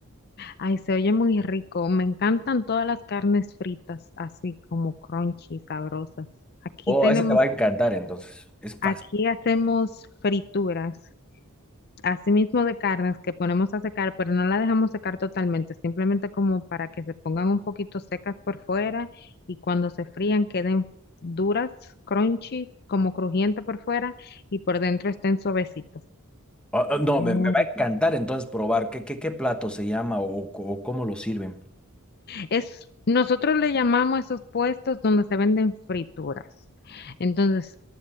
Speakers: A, on the left (about 45°); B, in the centre.
A: Ay, se oye muy rico. Me encantan todas las carnes fritas, así como crunchy, sabrosas. Aquí
B: Oh,
A: tenemos,
B: ese te va a encantar entonces. Es fácil.
A: aquí hacemos frituras. asimismo de carnes que ponemos a secar, pero no la dejamos secar totalmente, simplemente como para que se pongan un poquito secas por fuera y cuando se frían queden duras, crunchy, como crujiente por fuera y por dentro estén suavecitos.
B: Oh, oh, no,
A: Muy
B: me, me va a encantar entonces probar qué, qué, qué plato se llama o, o cómo lo sirven.
A: Es, nosotros le llamamos a esos puestos donde se venden frituras. Entonces,